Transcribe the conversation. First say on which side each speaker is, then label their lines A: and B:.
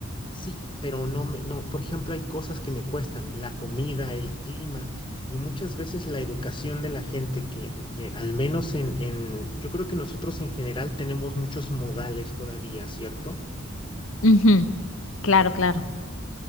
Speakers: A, on the left; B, on the left.
A: Sí, pero no me, no, por ejemplo, hay cosas que me cuestan, la comida, el clima y muchas veces la educación de la gente que, que al menos en, en, yo creo que nosotros en general tenemos muchos modales todavía, ¿cierto?
B: Ujú, claro, claro.